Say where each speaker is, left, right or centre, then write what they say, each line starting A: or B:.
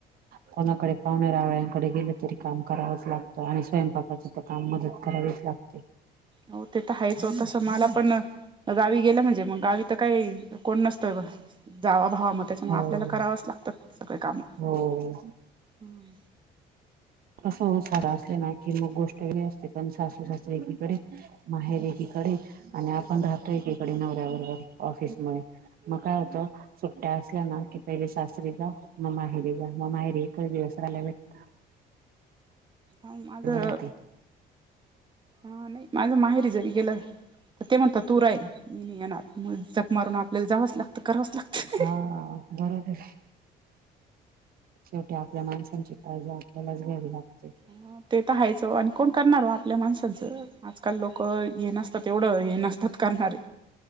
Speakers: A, on the right; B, on the right.
A: कोणाकडे पाहुण्या रावळ्यांकडे गेलं तरी काम करावंच लागतं आणि स्वयंपाकाचं तर काम मदत करावीच लागतं ते.
B: हो ते तर हयच होतसं मला पण गावी गेलं म्हणजे मग गावी तर काही कोण नसतं जावा भावा मग त्याच्यामुळे
A: हो
B: आपल्याला करावंच लागतं सगळे काम
A: हो
B: हम्म.
A: तसं सारा असते ना की मग गोष्ट वेगळी असते पण सासू सासरे एकीकडे.. माहेर आहे तीकडे आणि आपण राहतोय तीकडे नवऱ्याबरोबर ऑफिस मुळे. मग कायं होत. सुट्ट्या असल्या ना की पहिले शस्त्री जा म माहेरी जा म माहेरी एकच दिवस राहिल्या भेटत
B: आ आता
A: होते.
B: हा नाही माझ माहेरी जरी गेलं तर ते म्हणतात तूरा आहे म नाही येणार जक मारून आपल्याला जावंच लागतं करावंच लागतं.
A: हा बरोबर शेवट्या आपल्या माणसांची अज आपल्यालाच घ्यावी लागते
B: हा ते तर रहायचं आणि कोण करणार आपल्या माणसाचं आजकाल लोक ये नसत. तेवढं हे नसतात करणारे